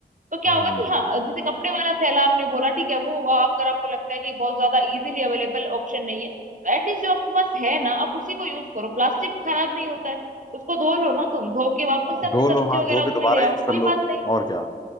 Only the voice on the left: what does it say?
हम्म
हम्म,
हम्म।
धो लो
हाँ
धो के
दोबारा
यूज
कर लो
और क्या